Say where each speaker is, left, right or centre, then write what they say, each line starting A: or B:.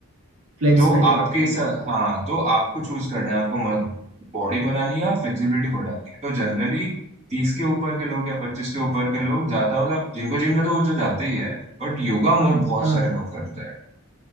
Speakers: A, on the right; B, on the right.
A: फ्लेक्सिबिलिटी
B: तो आपके
A: बढ़ती
B: साथ
A: है
B: हाँ तो आपको चूज करना है आपको बॉडी बनानी है या फ्लेक्सिबिलिटी बढ़ानी है तो जनरली तीस के ऊपर के लोग या पच्चीस के ऊपर के लोग ज्यादा मतलब जिनको जिम जाता है वो तो जाते ही है बट योगा मुझे बहुत
A: हाँ।
B: सारे लोग करते हैं